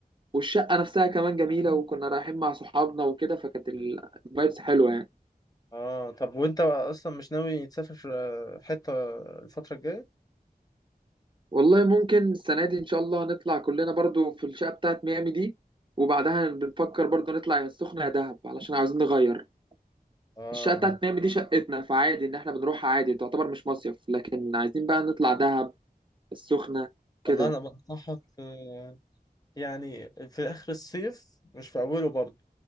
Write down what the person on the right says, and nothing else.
والشقة نفسها كمان جميلة وكنا رايحين مع صحابنا وكده فكانت الفايبس حلوة يعني
والله ممكن السنة دي إن شاء الله نطلع كلنا برضو في الشقة بتاعت ميامي دي وبعدها بنفكر برضو نطلع يا السخنة يا دهب علشان عاوزين نغير
الشقة بتاعت ميامي دي شقتنا فعادي إن إحنا بنروحها عادي تعتبر مش مصيف لكن عايزين بقى نطلع دهب السخنة كده